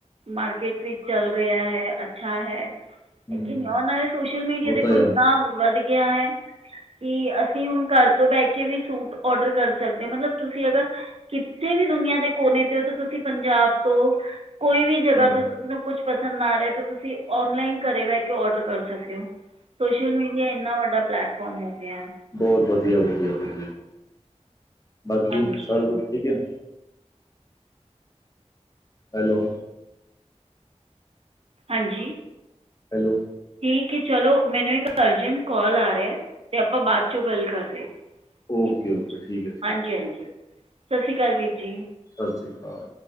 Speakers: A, on the right; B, on the left.
A: ਮਾਰਕੀਟ ਠੀਕ ਚੱਲ ਰਿਹਾ ਹੈ, ਅੱਛਾ ਹੈ।
B: ਹੂੰ,
A: ਲੇਕਿਨ ਓਨਾਂ ਦੇ ਸੋਸ਼ਲ ਮੀਡੀਆ
B: ਉਹ
A: ਦੇਖੋ
B: ਤਾਂ
A: ਏਨਾਂ
B: ਆ,
A: ਵਧ ਗਿਆ ਹੈ ਕਿ ਅਸੀਂ ਹੁਣ ਕਾੱਰ ਤੋਂ ਬੈ ਕੇ ਵੀ ਸੂਟ ਔਡਰ ਕਰ ਸਕਦੇ ਹੋ, ਮਤਲਬ ਤੁਸੀਂ ਅਗਰ ਕਿਤੇ ਵੀ ਦੁਨੀਆਂ ਦੇ ਕੋਨੇ ਚ ਹੋ ਤਾਂ ਤੁਸੀਂ ਪੰਜਾਬ ਤੋਂ ਕੋਈ ਵੀ
B: ਹਾਂ-ਹਾਂ।
A: ਜਗਾ ਤੋਂ ਕਿਸੇ ਨੂੰ ਕੁਛ ਪਸੰਦ ਆ ਰਿਹਾ, ਤੁਸੀ ਔਨਲਈਨ ਕਰੇ ਬੈ ਕੇ ਔਡਰ ਕਰ ਸਕਦੇ ਹੋ। ਸੋਸ਼ਲ ਮੀਡੀਆ ਏਨਾ ਵੱਡਾ ਪਲੈਟਫਾਰਮ ਹੋ ਗਿਆ।
B: ਬੋਤ ਵਧੀਆ-ਵਧੀਆ-ਵਧੀਆ, ਬਾਕੀ
A: ਹਾਂਜੀ
B: ਸਾਰਾ ਕੁਛ ਠੀਕ ਐ? ਹੈਲੋ।
A: ਹਾਂਜੀ।
B: ਹੈਲੋ।
A: ਠੀਕ ਐ ਚਲੋ, ਮੈਨੂੰ ਇੱਕ ਅਰਜੈਂਟ ਕਾਲ ਆ ਰੈਆ ਤੇ ਆਪਾਂ ਬਾਦ ਚੋਂ ਗੱਲ ਕਰਦੇ ਆ।
B: ਓਕੇ-ਓਕੇ, ਠੀਕ ਹੈ-ਠੀਕ
A: ਹਾਂਜੀ-ਹਾਂਜੀ,
B: ਹੈ,
A: ਸਾਸ ਸ੍ਰੀ ਕਾਲ ਵੀਰ ਜੀ।
B: ਸਾਸ ਸ਼੍ਰੀ ਕਾਲ।